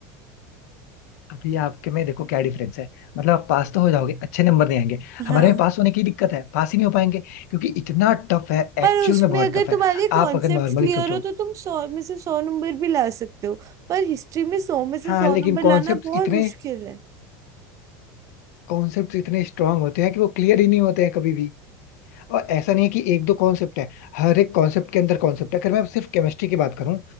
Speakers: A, on the left; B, on the right.
A: अभी आपके में देखो क्या डिफरेंस है मतलब आप पास तो हो जाओगे अच्छे नंबर नहीं आएंगे
B: हाँ
A: हमारे में पास होने की दिक्कत है पास ही नहीं हो पाएंगे क्योंकि इतना टफ है
B: पर
A: एक्चुअल
B: उसमें
A: में बहुत
B: अगर
A: टफ
B: तुम्हारे
A: है
B: कॉन्सेप्ट्स
A: आप अगर नॉर्मली
B: क्लियर
A: सोचो
B: हो तो तुम सौ में से सौ नंबर भी ला सकते हो पर हिस्ट्री में सौ में से
A: हाँ
B: सौ
A: लेकिन
B: नंबर
A: कॉन्सेप्ट
B: लाना बहुत
A: इतने
B: मुश्किल है
A: कॉन्सेप्ट इतने स्ट्रांग होते हैं कि वो क्लियर ही नहीं होते हैं कभी भी और ऐसा नहीं है कि एक दो कॉन्सेप्ट है हर एक कॉन्सेप्ट के अंदर कॉन्सेप्ट है अगर मैं सिर्फ केमिस्ट्री की बात करूं